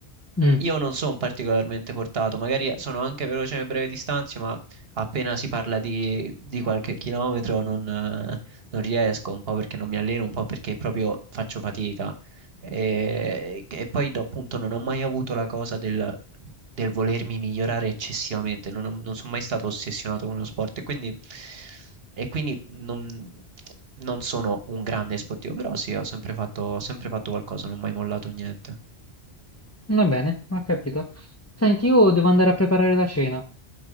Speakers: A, on the left; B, on the right.
A: Mm,
B: Io non sono particolarmente portato, magari sono anche veloce nelle brevi distanze, ma appena si parla di, di qualche chilometro non, eh, non riesco, un po' perché non mi alleno, un po' perché proprio faccio fatica. E, e poi do- appunto non ho mai avuto la cosa del, del volermi migliorare eccessivamente, non, ho- non sono mai stato ossessionato con lo sport e quindi, e quindi non, non sono un grande sportivo, però sì, ho sempre fatto, ho sempre fatto qualcosa, non ho mai mollato niente.
A: va bene, ho capito. Senti, io devo andare a preparare la cena.